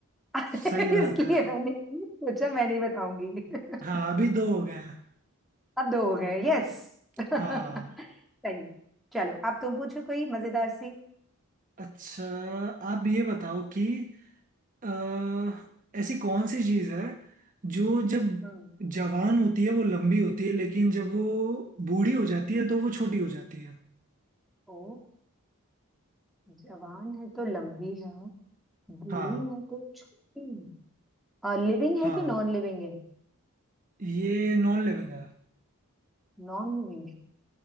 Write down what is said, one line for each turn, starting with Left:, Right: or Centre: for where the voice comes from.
Centre: <laughs> इसलिए
Right: सही बात है
Centre: मैंने सोचा मैं नहीं बताऊंगी <laughs>
Right: हाँ अभी दो हो गए हैं
Centre: अब दो हो गए यस <laughs> सही
Right: हाँ
Centre: चलो अब तुम पूछो कोई मजेदार सी
Right: अच्छा आप ये बताओ कि अह, ऐसी कौन सी चीज है जो जब
Centre: हम्म
Right: जवान होती है वो लंबी होती है लेकिन जब वो बूढ़ी हो जाती है तो वो छोटी हो जाती है
Centre: ओ जवान है तो लंबी है बूढ़ी
Right: हाँ
Centre: या तो छोटी है लिविंग
Right: हाँ
Centre: है कि नॉन लिविंग है
Right: ये नॉन लिविंग है
Centre: नॉन लिविंग है